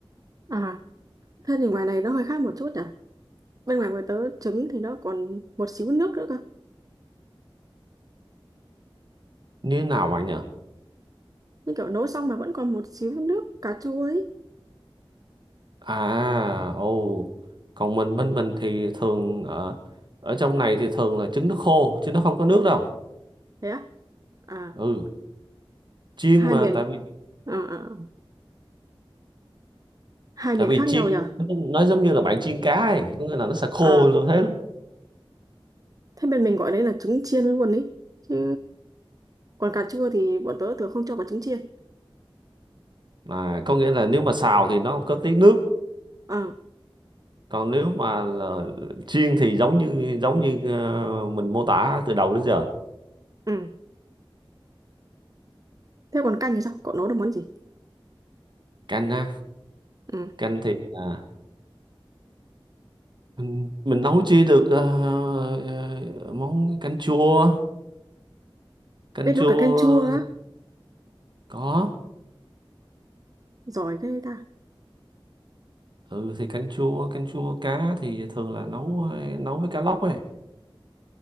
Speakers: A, on the right; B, on the right.
A: à. thế thì ngoài này nó hơi khác một chút nhỉ bên ngoài của tớ trứng thì nó còn một xíu nước nữa cơ
B: như thế nào bạn nhỉ
A: Như kiểu nấu xong mà vẫn còn một xíu nước cà chua ấy
B: à ồ còn mình bên mình thì thường ở ở trong này thì thường là trứng nó khô chứ nó không có nước đâu
A: thế á à
B: ừ chiên
A: hai
B: mà
A: miền
B: tại vì
A: à, à, hai miền
B: tại vì
A: khác
B: chiên
A: nhau nhỉ
B: nó giống như là bạn chiên cá ấy có nghĩa là nó sẽ khô
A: à
B: như thế luôn.
A: thế bên mình gọi đấy là trứng chiên luôn ấy chứ còn cà chua thì bọn tớ thường không cho vào trứng chiên
B: à có nghĩa là nếu mà xào thì nó có tí nước
A: ờ
B: còn nếu mà là chiên thì giống như giống như ờ, mình mô tả từ đầu đến giờ
A: ừ thế còn canh thì sao cậu nấu được món gì
B: canh á
A: ừ
B: canh thì à, mình, mình nấu chi được ờ, ờ, món canh chua canh
A: biết
B: chua
A: nấu cả canh chua á
B: có
A: giỏi ghê ta
B: ừ thì canh chua canh chua cá thì thường là nấu ờ, nấu với cá lóc ấy